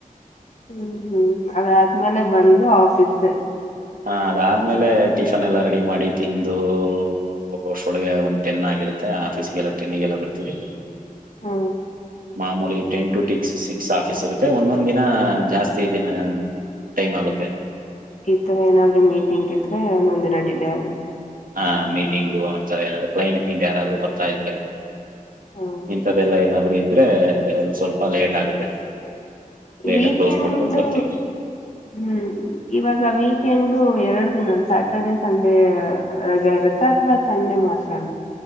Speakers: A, on the left; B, on the right.
A: ಹ್ಮ್ ಹ್ಮ್ ಅದಾದ್ಮೇಲೆ ಬಂದು ಆಫೀಸೆ.
B: ಹಾ ಅದ್ ಆದ್ಮೇಲೆ ಟಿಫನ್ ಎಲ್ಲ ರೆಡಿ ಮಾಡಿ ತಿಂದ್ ಒಂದು ವರ್ಷೊಳಗೆ ಒಂದ್ ಟೆನ್ ಆಗಿರುತ್ತೆ ಆಫೀಸ್ಗೆಲ್ಲ ಟೆನಿಗೆಲ್ಲ ಬರ್ತೀವಿ.
A: ಹ್ಮ
B: ಮಾಮೂಲಿ ten to six six office ಇರುತ್ತೆ ಒಂದೊಂದ್ ದಿನ ಜಾಸ್ತಿ ದಿನ ಟೈಮ್ ಆಗುತ್ತೆ.
A: ಈ ತರ ಏನಾದ್ರು ಮೀಟಿಂಗ್ ಇದ್ರೆ ಒಂದೊಂದ್ ದಿನ ಡಿಲೇ ಆಗುತ್ತೆ.
B: ಹ ಮೀಟಿಂಗು ಅಂತ ಏನಾದ್ರು ಕ್ಲೈಂಟ್ ಗ್ಲಿನ್ಟ್ ಯಾರಾದ್ರು ಬರ್ತಾ ಇದ್ರೆ.
A: ಹ್ಮ
B: ಇಂತದ್ದೆಲ್ಲಾ ಏನಾದ್ರೂ ಇದ್ ಇದ್ರೆ ಸ್ವಲ್ಪ ಲೇಟ್ ಆಗುತ್ತೆ ಲೇಟ್
A: ವೀಕೆಂಡು
B: ಆಗಿ ಕ್ಲೋಸ್ ಮಾಡ್ಕೊಂಡು ಬರ್ತೀವಿ
A: ಹ್ಮ್ ಇವಾಗ ವೀಕೆಂಡು ಎರ್ಡ್ ಸ್ಯಾಟರ್ಡೆೇ ಸಂಡೇ ರಜೆ ಇರುತ್ತಾ ಅಥವಾ ಸಂಡೇ ಮಾತ್ರಾನ